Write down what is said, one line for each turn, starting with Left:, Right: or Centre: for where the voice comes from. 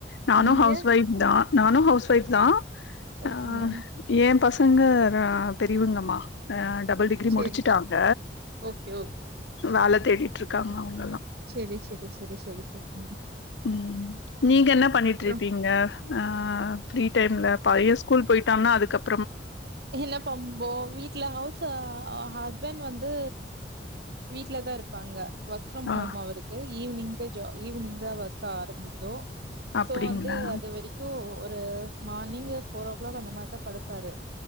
Left: நானு
Right: நீங்க?
Left: ஹவுஸ் ஒய்ஃப் தா நானு ஹவுஸ் ஒய்ஃப் தா
Right: ஓகேங்க
Left: அஹ் ஏ பச ங்க ரா பெரியவங்கம்மா ஹ டபுள் டிகிரி
Right: சரி
Left: முடிச்சிட்டாங்க
Right: சரி ஓகே
Left: வேல தேடிட்ருக் காங்க
Right: செரி செரி செரி செரி <unintelligible>
Left: உம் நீங்க என்ன பண்ணிட்ருப்பீங்க
Right: அப்புறம்
Left: ஆஹ் டைம்ல பைய ஸ்கூல் போயிட்டான அதுக்கப்
Right: இல்ல பம்போ வீட்டு்ல ஹவுசா ஹ ஹஸ்பண்ட் வந்து வீட்லதா இருப்பாங்க ஒர்க் ஃப்ரம்
Left: ஆ
Right: ஹோம் அவருக்கு ஈவினிங் ஈவினிங்தா ஒர்க்கு ஆரம்பிக்கு சோ
Left: அப்டிங்களா
Right: வந்து அது வரிக்கு ஒரு மார்னிங்கு ஃபோர் ஓ கிளாக் அந்த மாரிதா படுப்பாரு